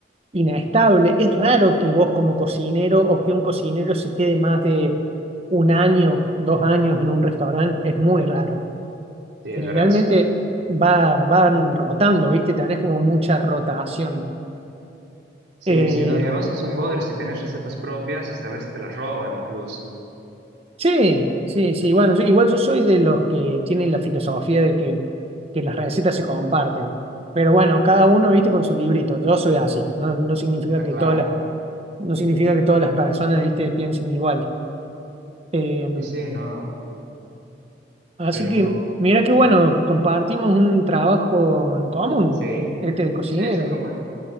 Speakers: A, on the right; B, on the right.
A: inestable. Es raro que vos como cocinero o que un cocinero se quede más de un año, dos años en un restaurante. Es muy raro.
B: Sí, es
A: Generalmente
B: verdad eso.
A: va, van rotando, ¿viste? Tenés como mucha rotación.
B: Sí,
A: Eh,
B: sí, no, y además es un bodrio. Si tenés recetas propias, esta vez te las roban incluso.
A: sí, sí, sí. Bueno, yo- igual yo soy de los que tienen la filosofía de que, que las recetas se comparten. Pero bueno, cada uno, viste, con su librito. Yo soy así. No, no significa
B: Ah,
A: que
B: claro.
A: todas las, no significa que todas las personas, viste, piensen igual. Eh,
B: Y sí, no.
A: así
B: Pero
A: que, mira qué bueno, compartimos un trabajo en común,
B: sí,
A: en este de cocinero.
B: sí, sí, comparto.